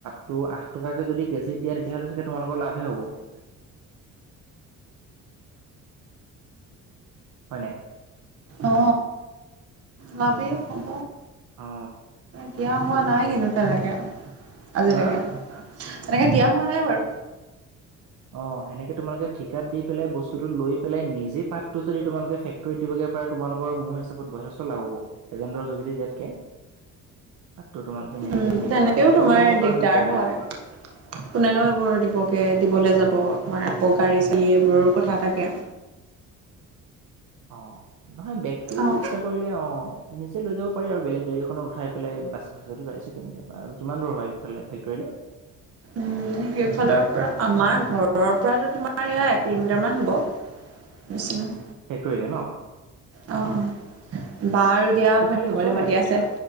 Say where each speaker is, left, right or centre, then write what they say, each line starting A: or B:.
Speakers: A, on the right; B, on the right.
A: ত' আঠটকাকে যদি কেজিত দিয়া তেতিয়া হ'লে চাগে তোমালোকৰ লাভে হ'ব। হয় নাই।
B: অ ভাবি খব
A: অ
B: দিয়া হোৱা
A: ত'
B: নাই কিন্তু তেনেকে আজিলেকে।
A: হা
B: তেনেকে দিয়া হোৱা নাই বাৰু,
A: অ সেনেকে তোমালোকে ঠিকাত দি পেলাই বস্তুটো লৈ পেলাই নিজে পাতটো যদি তোমালোকে ফেক্টৰীত দিবগে। তোমালোকৰ মোৰ হিচাপত যথেষ্ট লাভ হব এজেণ্টৰ যোগেদি দিয়াতকে। তো তোমালোকে নিজে
B: উম
A: যদি দিব
B: তেনেকেও
A: পাৰা তেনেকো
B: তোমাৰ
A: ল'ব
B: দিগদাৰ
A: কাৰণ এ
B: হয় কোনেনো এইবোৰ দিবগে দিবলৈ যাব তোমাৰ আকৌ গাড়ী চালি এইবোৰৰ কথা থাকে।
A: অ নহয় বেগটো
B: অঁ
A: <unintelligible> কৰিলে অ নিজে লৈ যাব পাৰি আৰু বেলেগ গাড়ীখনত উঠাই পেলাই বাছে চাছেটো যাইছে কেনেকে বা কিমান দূৰ হয় সেই ফালে ফেক্টৰীলে।
B: উম সেইফালৰ পৰা আমাৰ ঘৰৰ পৰাতো তোমাৰ এয়া এক কিলোমিটাৰ মান হ'ব। বেছি নহয়।
A: ফেক্টৰিলে ন।
B: অঁ অঁ বাৰু দিয়া
A: অ', তো
B: ভাত
A: ভালেই
B: খাবলৈ
A: ওচৰতে
B: মাতি আছে